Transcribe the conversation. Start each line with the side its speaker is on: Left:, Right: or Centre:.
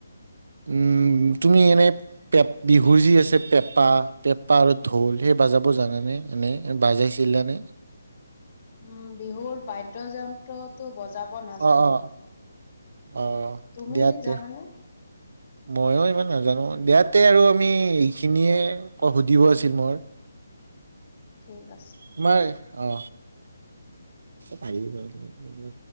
Right: উম তুমি এনে পে বিহুৰ যি আছে পেপা পেপা আৰু ঢোল সেই বাজাব জানানে এনে বাজাইছিলা নে
Left: উম বিহুৰ বাইড্ৰ যন্ত্ৰটো বজা যাব নাজানো
Right: অ অ অ
Left: তুমি
Right: দিয়া দে
Left: জানানে
Right: মইয়ো ইমান নাজানো ইয়াতে আৰু আমি এইখিনিয়ে ক সুধিব আছিল মোৰ
Left: ঠিক আছে
Right: তোমাৰ অ পাৰিবি